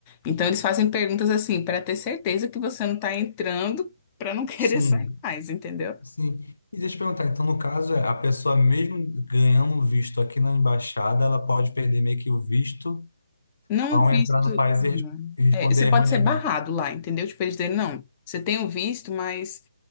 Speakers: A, on the left; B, on the left.
A: Então eles fazem perguntas assim para ter certeza que você não tá entrando para não <laughs> querer
B: sim.
A: sair mais, entendeu?
B: Sim. E deixa eu perguntar, então, no caso, é, a pessoa mesmo ganhando o visto aqui na embaixada, ela pode perder meio que o visto
A: Não
B: ao
A: visto.
B: entrar no país
A: Não.
B: e res- e responder
A: É, você
B: erroneamente.
A: pode ser barrado lá, entendeu? Tipo, eles dizem, não, você tem o visto, mas